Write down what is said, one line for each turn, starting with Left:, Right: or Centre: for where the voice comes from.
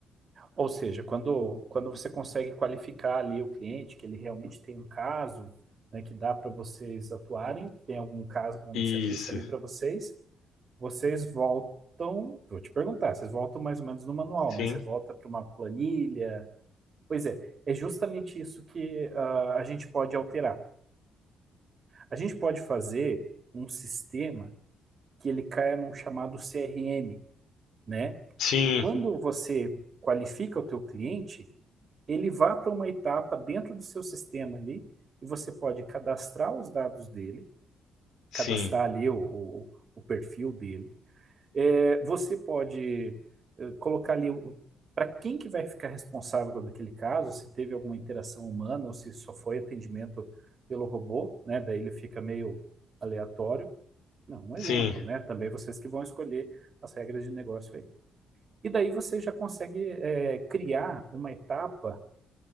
Right: Ou seja, quando, quando você consegue qualificar ali o cliente, que ele realmente tem um caso, né, que dá para vocês atuarem, tem algum caso, um
Left: Isso.
Right: serviço ali para vocês, Vocês voltam, vou te perguntar, vocês voltam mais ou menos no manual,
Left: Sim.
Right: né? Você volta para uma planilha. Pois é, é justamente isso que ah, a gente pode alterar. A gente pode fazer um sistema que ele caia num chamado CRM, né?
Left: Sim,
Right: Que quando você qualifica o teu cliente, ele vá para uma etapa dentro do seu sistema ali e você pode cadastrar os dados dele,
Left: sim,
Right: cadastrar ali o, o o perfil dele É, você pode eh, colocar ali para quem que vai ficar responsável por aquele caso, se teve alguma interação humana ou se só foi atendimento pelo robô, né? Daí ele fica meio aleatório. Não, um
Left: sim,
Right: exemplo, né? Também vocês que vão escolher as regras de negócio aí. E daí você já consegue eh, criar uma etapa